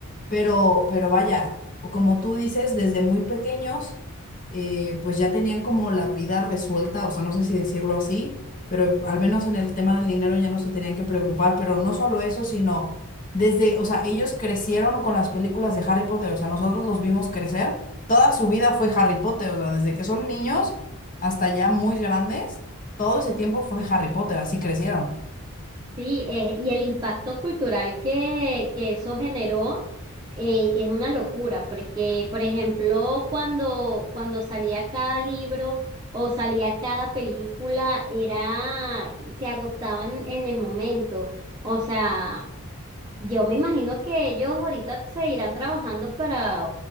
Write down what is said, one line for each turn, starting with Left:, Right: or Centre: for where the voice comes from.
Left: Pero, pero vaya, como tú dices, desde muy pequeños, eh, pues ya tenían como la vida resuelta, o sea, no sé si decirlo así, pero al menos en el tema del dinero ya no se tenían que preocupar, pero no solo eso, sino desde, o sea, ellos crecieron con las películas de Harry Potter, o sea, nosotros los vimos crecer, toda su vida fue Harry Potter, o sea, desde que son niños hasta ya muy grandes, todo ese tiempo fue Harry Potter, así crecieron.
Right: ¿sí? Eh, y el impacto cultural que, que eso generó eh, es una locura, porque, por ejemplo, cuando, cuando salía cada libro o salía cada película, era, se agotaban en el momento. O sea, Yo me imagino que ellos ahorita se irán trabajando para,